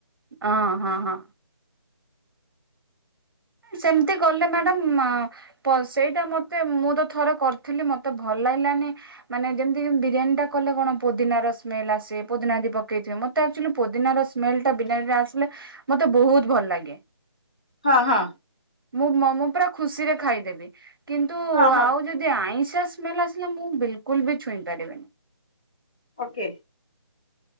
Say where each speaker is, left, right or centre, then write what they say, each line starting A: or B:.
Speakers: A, on the right; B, on the left.
A: ଅଁ ହଁ ହଁ। ସେମତି କଲେ ମ୍ୟାଡମ୍ ଅଁ ପ ସେଇଟା ମତେ ମୁଁ ତ ଥରେ କରିଥିଲି ମତେ ଭଲ ଲାଗିଲାନି। ମାନେ ଯେମତି ବିରିୟାନୀ ଟା କଲେ କଣ ପୋଦିନାର ସ୍ମେଲ ଆସେ ପୋଦିନା ଯଦି ପକେଇଥିବେ ମ ମତେ ଆକ୍ଚୋଲି ପୋଦିନାର ସ୍ମେଲ ଟା ବିରିୟାନୀ ଆସିଲେ ମତେ ବହୁତ ଭଲ ଲାଗେ।
B: ହଁ ହଁ।
A: ମୁଁ ମ ମୁଁ ପୁରା ଖୁସିରେ ଖାଇଦେବି କିନ୍ତୁ
B: ହଁ ହଁ
A: ଆଉ ଯଦି ଦି ଆଇଁଷିଆ ସ୍ମେଲ ଆସିଲେ ମୁଁ ବିଲକୁଲ ବି ଛୁଇଁ ପାରିବିନି।
B: ଓକେ।